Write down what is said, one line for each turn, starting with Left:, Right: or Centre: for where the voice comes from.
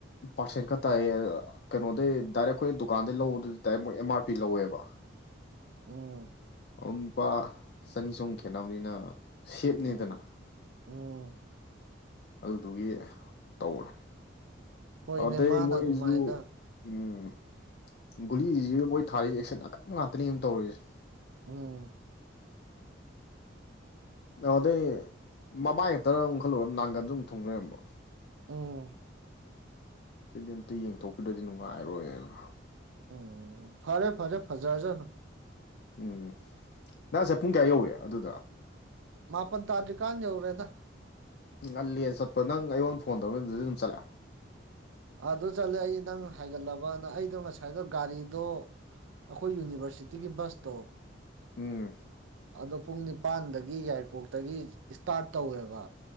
Left: ꯄꯥꯔꯁꯦꯟ ꯈ ꯇꯥꯏꯌꯦ ꯑ ꯀꯩꯅꯣꯗꯩ ꯗꯥꯏꯔꯦꯛ ꯑꯩꯈꯣꯏ ꯗꯨꯀꯥꯟꯗꯩ ꯂꯧꯕꯗꯨꯗꯤ ꯗꯥꯏꯔꯦꯛ ꯃꯣꯏ ꯑꯦꯝ ꯑꯥꯔ ꯄꯤ ꯂꯧꯋꯦꯕ
Right: ꯎꯝ
Left: ꯑꯃ ꯂꯨꯄꯥ ꯆꯅꯤ ꯆꯍꯨꯝ ꯈꯦꯠꯅꯕꯅꯤꯅ ꯁꯦꯞꯅꯤꯗꯅ
Right: ꯎꯝ ꯎꯝ
Left: ꯑꯗꯨꯗꯨꯒꯤ ꯇꯧꯔꯦ
Right: ꯍꯣꯏꯅꯦ
Left: ꯑꯗ
Right: ꯃꯥꯅ
Left: ꯃꯣꯏꯁꯨ
Right: ꯑꯗꯨꯃꯥꯏꯅ
Left: ꯎꯝ ꯒꯨꯂꯤꯁꯤꯖꯨ ꯃꯣꯏ ꯊꯥꯔꯤꯖꯦ ꯑꯦꯛꯁꯟ ꯑꯀꯟꯕ ꯉꯥꯛꯇꯅꯤ ꯑꯃꯝ ꯇꯧꯔꯤꯁꯦ
Right: ꯎꯝ
Left: ꯗꯥꯎꯗꯤ ꯃꯃꯥꯏ ꯈꯇꯔ ꯑꯃꯨꯛ ꯈꯜꯂꯨꯔ ꯅꯥꯡꯒꯟꯁꯨ ꯑꯃꯨꯛ ꯊꯨꯡ ꯂꯩꯔꯝꯕ
Right: ꯎꯝ
Left: ꯁꯤꯗꯤ ꯑꯝꯇ ꯌꯦꯡꯊꯣꯛꯄꯤꯗꯔꯗꯤ ꯅꯨꯡꯉꯥꯏꯑꯔꯣꯏꯅ
Right: ꯎꯝ ꯐꯔꯦ ꯐꯔꯦ ꯐꯖꯔꯖꯅꯣ
Left: ꯎꯝ ꯅꯪ ꯉꯁꯥꯏ ꯄꯨꯡ ꯀꯌꯥ ꯌꯧꯏ ꯑꯗꯨꯗ
Right: ꯃꯥꯄꯟ ꯇꯥꯔꯗ꯭ꯔꯤꯀꯥꯟ ꯌꯧꯔꯦꯗ
Left: ꯉꯜꯂꯤꯍ‌ꯦ ꯆꯠꯄ ꯅꯪ ꯑꯩꯉꯣꯟ ꯐꯣꯟ ꯇꯧꯔꯛꯏ ꯑꯗꯨꯗꯩ ꯑꯗꯨꯝ ꯆꯠꯂꯦ
Right: ꯑꯗꯨ ꯆꯠꯂꯦ ꯑꯩ ꯅꯪ ꯍꯥꯏꯒꯠꯂꯕꯅ ꯑꯩꯗꯣ ꯉꯁꯥꯏꯗꯣ ꯒꯥꯔꯤꯗꯣ ꯑꯈꯣꯏ ꯌꯨꯅꯤꯚꯔꯁꯤꯇꯤꯒꯤ ꯕꯁꯇꯣ
Left: ꯎꯝ
Right: ꯑꯗꯣ ꯄꯨꯡ ꯅꯤꯄꯥꯟꯗꯒꯤ ꯌꯥꯏꯔꯤꯄꯣꯛꯇꯒꯤ ꯏꯁ ꯏꯁꯇꯥꯔꯠ ꯇꯧꯋꯦꯕ